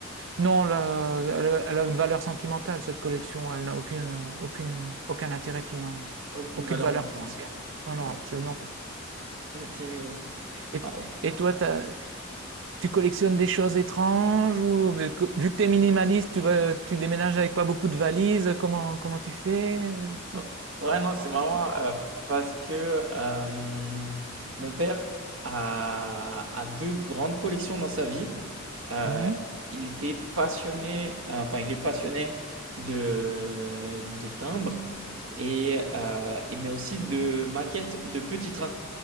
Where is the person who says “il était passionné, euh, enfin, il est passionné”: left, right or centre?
Right